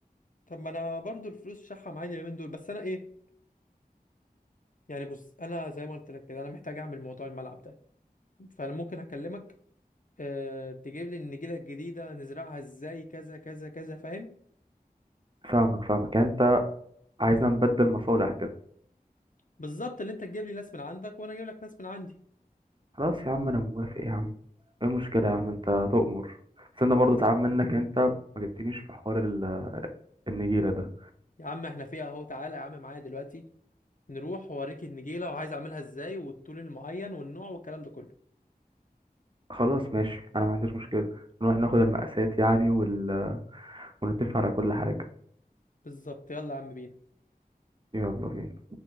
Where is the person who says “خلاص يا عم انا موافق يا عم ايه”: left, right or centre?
Right